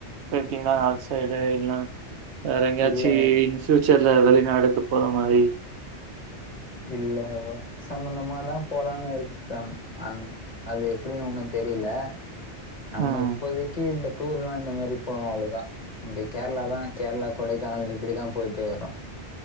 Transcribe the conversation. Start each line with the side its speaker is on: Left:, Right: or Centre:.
Right: போய்ருக்கீங்களா நார்த் சைடு இல்னா வேற எங்கயாச்சி
Left: இல்ல
Right: ஃப்யூச்சர்ல் வெளிநாடுக்கு போற மாரி
Left: இல்ல ஒர்க் சம்பந்தமாதான் போலான்னு இருக்க அந் அது எப்டின்னு உண்ணு தெரியல நம்ம
Right: ம்.
Left: இப்போதைக்கி இந்த டூர் எலாம் இந்த மாரி போற ஆளுதா இங்கே கேரளா தா கேர்ளா கொடைக்கானல் இப்டிதா போயிட்டு வரோ